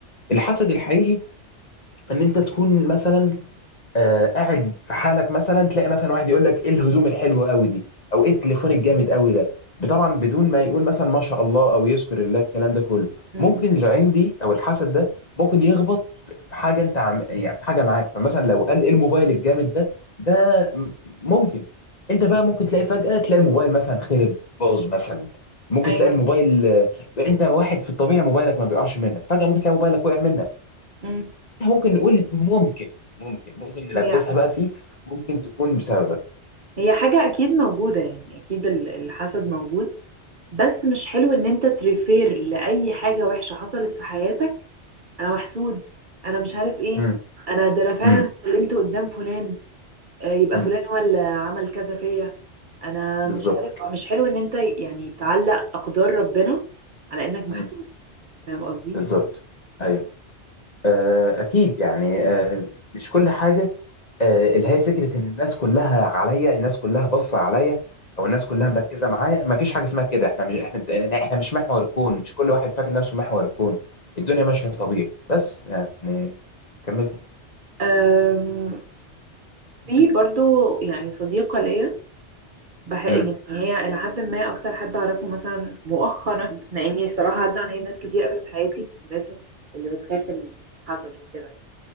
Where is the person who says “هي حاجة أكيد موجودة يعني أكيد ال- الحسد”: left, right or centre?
Right